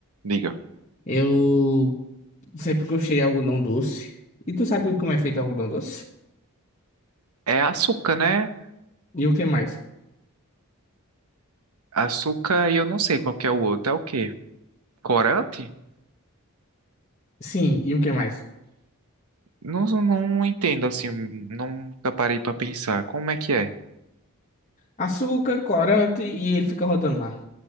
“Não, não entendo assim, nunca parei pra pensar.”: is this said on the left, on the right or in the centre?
Right